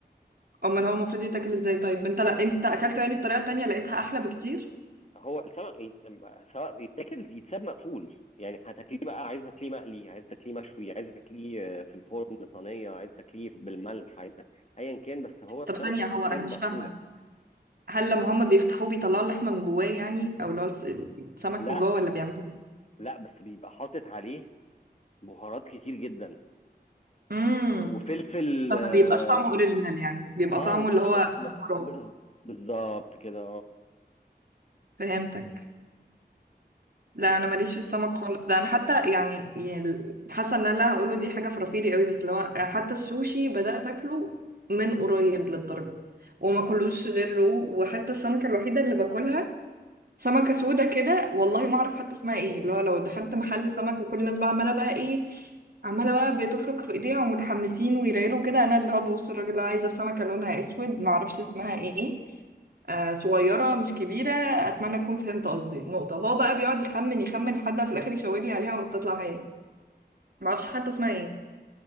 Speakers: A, on the right; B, on the left.
A: امال هو المفروض يتاكل ازاي طيب انت لا انت اكلته يعني بطريقه تانية لقيتها احلى بكتير
B: هو السمك يت... سواء يتاكل يتساب مقفول يعني هتاكليه بقى عايز تاكليه مقلي عايز تاكليه مشوي عايز تاكليه آه، في الفرن صينيه عايز تاكليه بالملح عايز ايا كان بس هو السمكه
A: طب ثانيه
B: بتتساب
A: هو انا مش
B: مقفوله
A: فاهمه هل لما هما بيفتحوه بيطلعوا اللحمه من جواه يعني او لو الس- السمك
B: لا
A: من جوه ولا بيعملوا إيه؟
B: لا بس بيبقى حاطط عليه بهارات كتير جدا
A: امم
B: وفلفل
A: طب
B: اه
A: ما بيبقاش طعمه اوريجينال يعني بيبقى
B: آه،
A: طعمه
B: وفلفل
A: اللي هو
B: ب-
A: بهارات
B: ب- بالظبط كده اه
A: فهمتك لا انا ماليش في السمك خالص ده انا حتى يعني ال- حاسه ان انا اللي هقوله دي حاجه فرافيري قوي بس لو حتى السوشي بدات اكله من قريب للدرجه وما كلوش غير رو وحتى السمكه الوحيده اللي باكلها سمكة سودة كده والله ما اعرف حتى اسمها ايه اللي هو لو دخلت محل سمك وكل الناس بقى عمالة بقى ايه عمالة بقى بتفرك في ايديها ومتحمسين ويرايلوا كده انا اللي هو ببص الراجل اللي هو عايزة سمكة لونها اسود ما اعرفش اسمها ايه آه صغيرة مش كبيرة اتمنى تكون فهمت قصدي نقطة وهو بقى بيقعد يخمن يخمن لحد ما في الاخر يشاور لي عليها وتطلع هي ما اعرفش حتى اسمها ايه